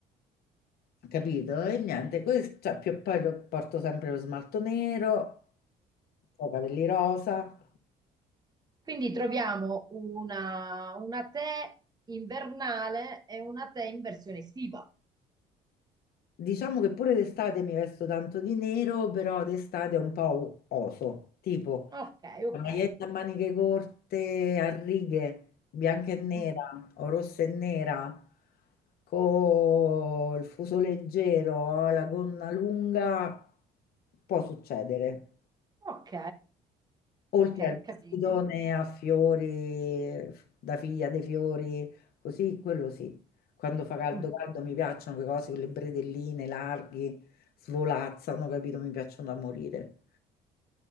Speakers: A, on the left (about 65°); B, on the right (about 25°).
A: Capito? E niente, questo, cioè, più- poi lo- porto sempre lo smalto nero, ho i capelli rosa.
B: Quindi troviamo una, una te invernale e una te in versione estiva.
A: Diciamo che pure d'estate mi vesto tanto di nero, però d'estate è un po' oso, tipo...
B: Ok, ok.
A: La maglietta a maniche corte a righe, bianca e nera
B: Mm.
A: o rossa e nera, col fuso leggero, la gonna lunga, può succedere.
B: Ok.
A: Oltre
B: Ok,
A: al
B: ho
A: vestitone
B: capito.
A: a fiori, da figlia dei fiori, così, quello sì. Quando fa caldo
B: Mm.
A: caldo mi piacciono quelle cose con le bretelline larghi, svolazzano, capito? Mi piacciono da morire.